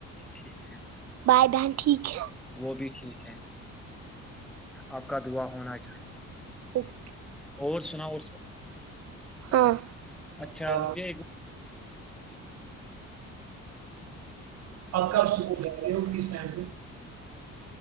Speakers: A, in the centre; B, on the right (about 60°).
A: ٹھیک ہے
B: بائے دن ٹھیک ہے
A: وہ بھی ٹھیک ہے آپ کا دوا ہونا چاہے
B: ہے
A: اور سنا اور سب
B: ہاں
A: اچھا
B: اچھجا
A: مجھے ایک
B: اب کب صبح جا رہے ہو کس ٹائم پہ